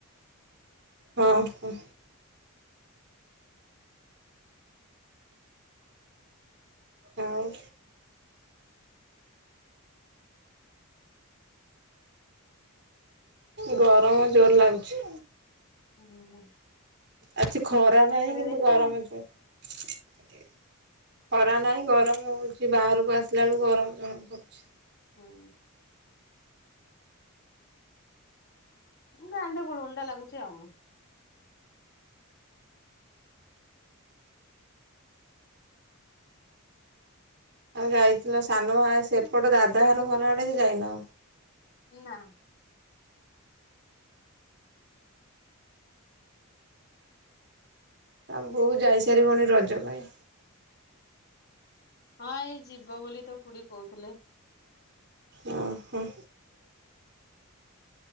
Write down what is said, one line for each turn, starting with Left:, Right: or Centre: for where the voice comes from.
Right: ଅ ହ। ଆଉ ଗରମ ଜୋରେ ଲାଗୁଚି।
Left: ହୁଁ ହୁଁ।
Right: ଆଜି ଖରା ନାହିଁ କିନ୍ତୁ
Left: ଦେଇଛ।
Right: ଗରମ ଜୋରେ। ଖରା ନାହିଁ ଗରମ ହଉଛି ବାହାରକୁ ଆସିଲା ବେଳକୁ ଗରମ ଜଣା ପଡୁଚି।
Left: ହଁ। ଗାଣ୍ଡ ଗୁଳଗୁଳିଟା ଲାଗୁଚି ଆଉ।
Right: ଆଉ ଯାଇଥିଲ ସାନ ମା ସେପଟ ଦାଦା ଘର ଘର ଆଡେ ଯାଇନ?
Left: ନା।
Right: ତାଙ୍କ ବୋଉ ଯାଇ ସାରିବଣି ରଜ ପାଇଁ।
Left: ହଁ ଏଇ ଯିବ ବୋଲି ତ କୁଡି କହୁଥିଲେ।
Right: ଓ ହ।